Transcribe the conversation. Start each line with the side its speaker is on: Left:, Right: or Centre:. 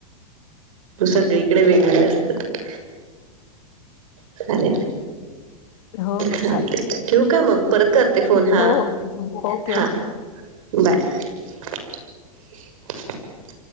Right: हो सगळीकडे वेगवेगळे असतात. चालेल.
Left: हो हो
Right: चालतय,
Left: चालेल.
Right: ठेवू का मग? परत करते फोन हा.
Left: हो ओके ओके.
Right: बाय. <inaudible>